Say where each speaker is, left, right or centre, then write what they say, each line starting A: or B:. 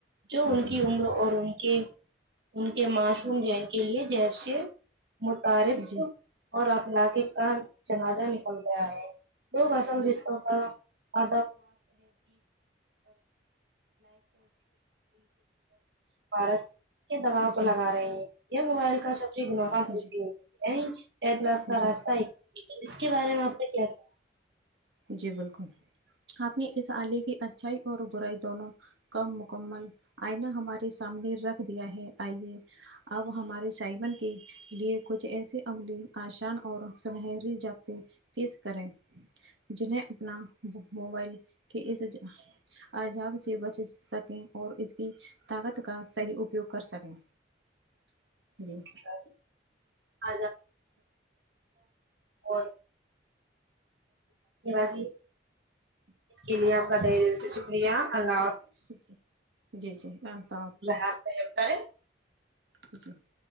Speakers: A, on the right (about 65°); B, on the right (about 80°).
A: جو
B: جی
A: ان کی عمر اور ان کے معصوم ذہن کے لیے زہرسے متعارف
B: جی جی
A: اور علاقے کا جنازہ نکل گیا ہے لوگ اصل رشتوں کا ا <unintelligible> <unintelligible> کے دباؤ
B: جی
A: کو لگا رہے ہیں یہ موبائل کا <unintelligible>
B: جی جی
A: راستہ اس کے بارے میں آپ نے کا کیا خیال ہے
B: جی بالکل آپ نے اس آلے کی اچھائی اور برائی دونوں کامکمل آئینہ ہمارے سامنے رکھ دیا ہے آئیے اب ہمارے سائبن کی لیے کچھ ایسے عملی آسان اور سنہری جاب پیس کریں جن ہیں اپنا موبائل <unintelligible> کے اس عزاب سے بچ سکیں اور اس کی طاقت کا صحیح اپیوگ کر سکیں جی
A: <unintelligible> اور <unintelligible> اس کے لیے آپ کا طہ دل سے شکریہ اللہ
B: جی جی جی اللہ
A: حافظ <unintelligible>
B: <unintelligible>